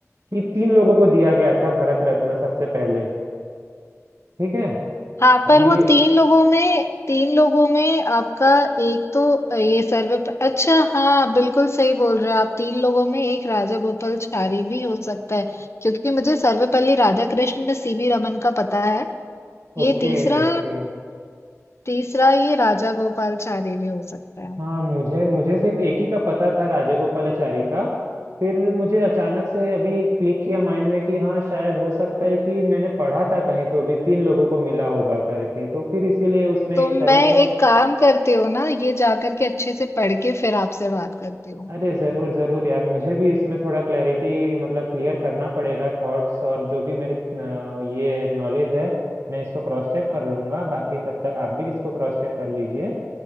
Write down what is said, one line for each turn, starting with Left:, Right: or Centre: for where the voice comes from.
Right: कि तीन लोगों को दिया गया था भारत रत्न सबसे पहले ठीक है
Left: हाँ,
Right: अब
Left: पर
Right: ये
Left: वो 3 लोगों में 3 लोगों में आपका एक तो ये सर्वे प अच्छा हाँ, बिल्कुल सही बोल रहे हो आप। 3 लोगों में एक राजा गोपालाचारी भी हो सकता है, क्योंकि मुझे सर्वपल्ली राधाकृष्ण सीवी रमन का पता है। ये
Right: Okay
Left: तीसरा
Right: okay
Left: तीसरा ये राजा गोपालाचारी भी हो सकता है।
Right: हाँ मुझे मुझे सिर्फ एक ही का पता था राजा गोपालाचारी का फिर मुझे अचानक से अभी क्लिक किया माइंड में कि हाँ शायद हो सकता है कि मैंने पढ़ा था कहीं तो अभी तीन लोगों को मिला होगा करके तो फिर इसीलिए उसमें
Left: तो
Right: एक
Left: मैं
Right: सर्वपल्ली
Left: एक काम करती हूँ ना, ये जा करके अच्छे से पढ़ के फिर आपसे बात करती हूँ।
Right: अरे जरूर जरूर यार मुझे भी इसमें थोड़ा क्लैरिटी मतलब क्लियर करना पड़ेगा थॉट्स और जो भी मेरे अ, ये नॉलेज है मैं इसको क्रॉस चेक कर लूंगा बाकी तब तक आप भी इसको क्रॉस चेक कर लीजिए